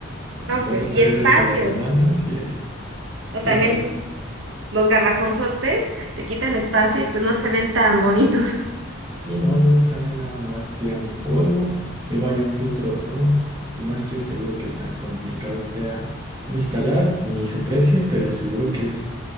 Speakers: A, on the right; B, on the right.
A: dos,
B: No, pues, y
A: tres
B: espacio,
A: veces a la semana, si es, sí
B: ¿no? También
A: es algo.
B: los garrafonzotes te quitan espacio y pues no se ven tan bonitos. <laughs>
A: Sí, no, luego están ahí nada más tirando polvo y vaya un filtro de ozono. No estoy seguro que tan complicado sea instalar ni su precio, pero seguro que es,